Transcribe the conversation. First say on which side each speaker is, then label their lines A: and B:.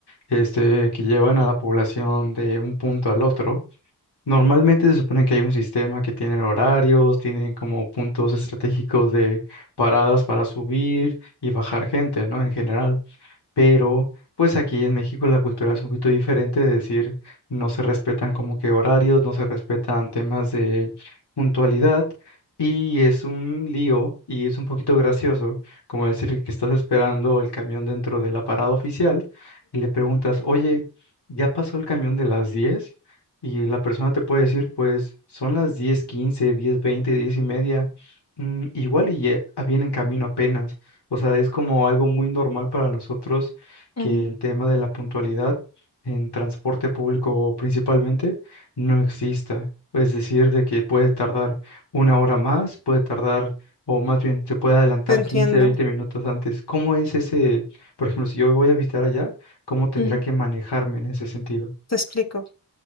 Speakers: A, on the left; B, on the left.
A: este, que llevan a la población de un punto al otro. Normalmente se supone que hay un sistema que tiene horarios, tienen como puntos estratégicos de paradas para subir y bajar gente, ¿no? En general pero pues aquí en México la cultura es un poquito diferente, es decir, no se respetan como que horarios, no se respetan temas de puntualidad y es un lío y es un poquito gracioso, como decir que estás esperando el camión dentro de la parada oficial y le preguntas, oye, ¿ya pasó el camión de las diez Y la persona te puede decir, pues son las diez quince, diez veinte, diez y media, mm, igual y ya viene en camino apenas. O sea, es como algo muy normal para nosotros que
B: Ujú,
A: el tema de la puntualidad en transporte público principalmente no exista. Es decir, de que puede tardar una hora más, puede tardar, o más bien se puede adelantar
B: Te entiendo.
A: 15, 20 minutos antes. ¿Cómo es ese, por ejemplo, si yo voy a visitar allá, cómo tendría
B: ujú.
A: que manejarme en ese sentido?
B: Te explico.